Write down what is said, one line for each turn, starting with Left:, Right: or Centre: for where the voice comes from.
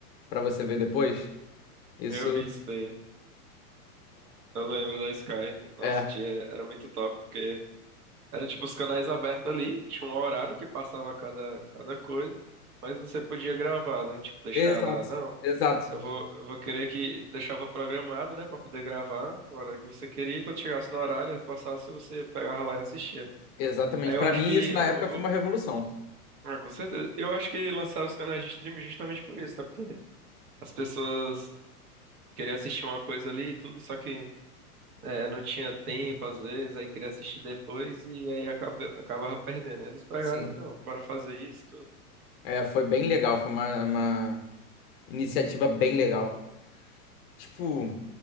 Left: pra você ver depois. Isso
Right: Eu vi isso daí. Eu lembro da Sky. Nossa,
Left: é.
Right: tia, era muito top, porque era tipo os canais abertos ali, tinha um horário que passava cada, cada coisa, mas você podia gravar, né? Tipo, deixar
Left: Exato.
Right: lá, não.
Left: Exato.
Right: Eu vou, eu vou querer que deixava programado, né, Pra poder gravar a hora que você queria, e quando chegasse no horário, passasse, você pegava lá e assistia.
Left: Exatamente.
Right: Aí eu
Left: Pra
Right: acho
Left: mim,
Right: que.
Left: isso
Right: Eu,
Left: na época foi
Right: eu-
Left: uma revolução.
Right: ah, com certeza. Eu acho que lançaram os canais de streaming é justamente por isso, tá? Porque as pessoas queriam assistir uma coisa ali e tudo, só que é, não tinha tempo, às vezes, aí queria assistir depois e aí acaba, acabava perdendo. Aí Eles pegaram
Left: Sim.
Right: e não, bora fazer isso, tudo.
Left: É, foi bem legal. Foi uma, uma iniciativa bem legal. Tipo.